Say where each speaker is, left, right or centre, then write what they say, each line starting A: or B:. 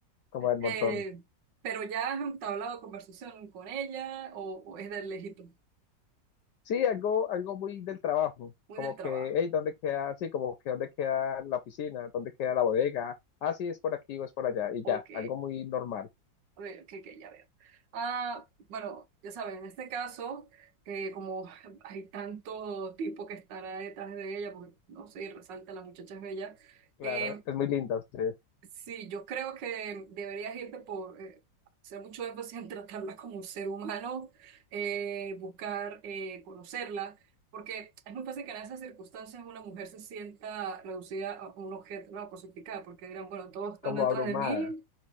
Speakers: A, on the left; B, on the right.
A: como del montón.
B: Eh, pero ya has entablado conversación con ella o, o es del lejito,
A: Sí, algo, algo muy del trabajo,
B: muy
A: como
B: del
A: que,
B: trabajo.
A: hey, ¿dónde queda? Sí, como que ¿dónde queda la oficina? ¿Dónde queda la bodega? Ah, sí, es por aquí o es por allá, y
B: Ok,
A: ya, algo muy normal.
B: a ver, ok, ok, ya veo. Ah, bueno, ya saben, en este caso, eh, como hay tanto tipo que estará detrás de ella, porque no sé, resalta la muchacha es bella.
A: Claro,
B: eh,
A: es muy linda, sí,
B: Sí, yo creo que deberías irte por eh, hacer mucho énfasis en tratarla como un ser humano, eh, buscar eh, conocerla, porque es muy fácil que en esas circunstancias una mujer se sienta reducida a un objeto, no, cosificada, porque dirán, bueno, todos están
A: como
B: detrás
A: abrumada.
B: de mí,